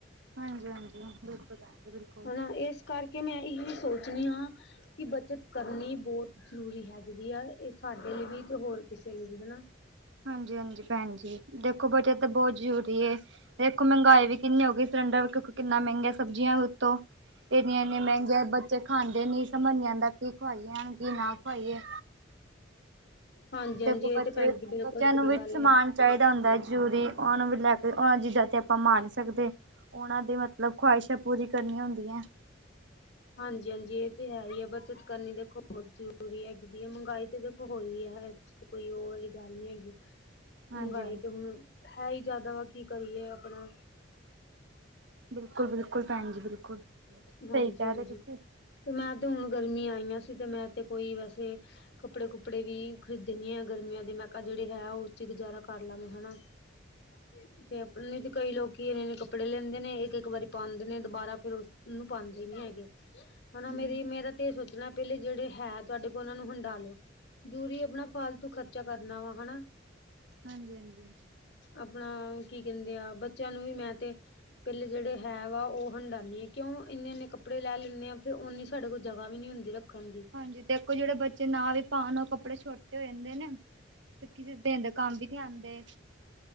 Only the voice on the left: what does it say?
ਹਨਾ ਇਸ ਕਰਕੇ ਮੈਂ ਇਹੀ ਸੋਚਣੀ ਹਾਂ ਕਿ ਬੱਚਤ ਕਰਨੀ ਬਹੁਤ। ਜ਼ਰੂਰੀ ਹੈਗੀ ਆ ਇਹ ਸਾਡੇ ਲਈ ਵੀ ਤੇ ਹੋਰ ਕਿਸੇ ਲਈ ਵੀ ਹਨਾ।
ਹਾਂਜੀ
ਹਾਂਜੀ ਇਹ
ਤੇ ਭੈਣ ਜੀ ਬਿਲਕੁਲ
ਸਹੀ
ਗੱਲ
ਏ
ਹਾਂਜੀ-ਹਾਂਜੀ ਇਹ ਤੇ ਹੈ ਕਿ ਬੱਚਤ ਕਰਨੀ ਦੇਖੋ ਬਹੁਤ ਜ਼ਰੂਰੀ ਹੈਗੀ ਦੀ ਹੈ ਮਹਿੰਗਾਈ ਤਾਂ ਦੇਖੋ ਹੋਣੀ ਹੈ। ਤੇ ਕੋਈ ਉਹ ਵਾਲੀ ਗੱਲ ਨਹੀਂ ਹੈਗੀ।
ਮਹਿੰਗਾਈ
ਤੇ ਹੁਣ ਹੈ ਹੀ ਜ਼ਿਆਦਾ ਤਾਂ ਕੀ ਕਰੀਏ ਆਪਣਾ।
ਹਾਂਜੀ-ਹਾਂਜੀ
ਤੇ ਮੈਂ ਤੇ ਹੁਣ ਗਰਮੀਆਂ ਆਈਆਂ ਸੀ ਤੇ ਮੈਂ ਤੇ ਕੋਈ ਵੈਸੇ। ਕੱਪੜੇ ਕੁੱਪੜੇ ਵੀ ਖਰੀਦਣੇ ਆਂ ਗਰਮੀਆਂ ਦੇ ਮੈਂ ਕਿਹਾ ਜਿਹੜੇ ਹੈ ਉਹ ਚ ਹੀ ਗੁਜ਼ਾਰਾ ਕਰ ਲੈਵਾਗੇ ਹਨਾ। ਹਾਂਜੀ ਤੇ ਆਪਣੇ ਤੇ ਕਈ ਲੋਕ। ਕਿ ਇਹ ਨੇ ਕੱਪੜੇ ਲੈਂਦੇ ਨੇ ਇੱਕ ਇੱਕ ਵਾਰੀ ਪਾਉਂਦੇ ਨੇ ਦੁਬਾਰਾ ਫਿਰ ਉਸਨੂੰ ਪਾਉਂਦੇ ਨੀ ਹੈਗੇ। ਹਨਾ
ਮੇਰਾ ਤੇ ਇਹ ਸੋਚਣਾ ਪਹਿਲੇ ਜਿਹੜੇ ਹੈ ਤੁਹਾਡੇ ਕੋਲ ਉਹ ਨੂੰ ਹੰਡਾਾਲੋ। ਜ਼ਰੂਰੀ ਆਪਣਾ ਫਾਲਤੂ ਖਰਚਾ ਕਰਨਾ ਵਾ ਹਨਾ।
ਆਪਣਾ ਕੀ ਕਹਿੰਦੇ ਆ ਬੱਚਿਆਂ ਨੂੰ ਵੀ ਮੈਂ ਤੇ। ਪਹਿਲੇ ਜਿਹੜੇ ਹੈ ਵਾ ਉਹ ਹੰਢਾਈਏ। ਕਿਉਂ ਇੰਨੇ ਇੰਨੇ ਕੱਪੜੇ ਲੈ ਲੈਂਦੇ ਆ ਫਿਰ ਓਨੀ ਸਾਡੇ ਕੋਲ ਜ੍ਹਗਾ ਵੀ ਨਹੀਂ ਹੁੰਦੀ ਰੱਖਣ ਦੀ।